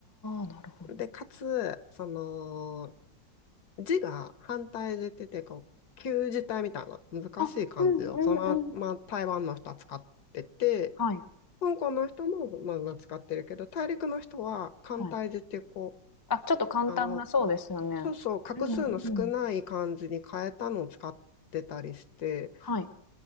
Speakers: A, on the left; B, on the left.
A: あ、なるほ
B: で、かつ、その、字が反対字ってて、こう、旧字体みたいな難しい漢字を、
A: どあ、うんうんうん。
B: そのまま台湾の人は使ってて、
A: はい
B: 香港の人も、まあ、使ってるけど、大陸の人は、簡体字っていう、
A: はい。
B: こ
A: あ、ちょっと簡単なそうですよね。
B: う、あの、そうそう、画数の少ない漢字に変えたのを使ってたりして、
A: うんうん。はい。